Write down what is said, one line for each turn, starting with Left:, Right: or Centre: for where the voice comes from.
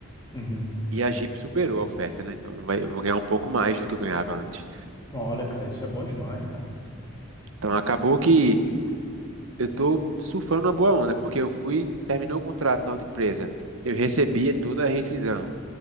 Left: uhum.
Right: E a Jeep superou a oferta, né? Então vai, eu vou ganhar um pouco mais do que eu ganhava antes.
Left: Olha, cara, isso é bom demais, cara.
Right: Então acabou que eu tô surfando uma boa onda, porque eu fui, terminou o contrato na outra empresa. Eu recebia toda a rescisão.